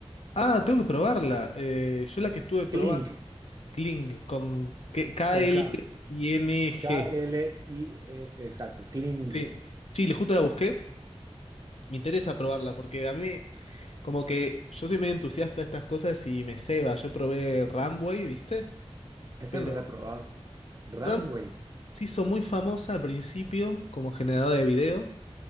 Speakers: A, on the left; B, on the right.
A: Ah, tengo que probarla. Eh, yo la que estuve probando,
B: Kling,
A: Kling, con K- K-L-I-N-G.
B: con K, K-L-I, -E, exacto, Kling.
A: Sí, sí, le- justo la busqué. Me interesa probarla porque a mí, como que yo soy medio entusiasta de estas cosas y me ceba. Yo probé Runway, ¿viste?
B: Esa
A: Pero
B: no la he probado. Runway.
A: Runway se hizo muy famosa al principio como generadora de video,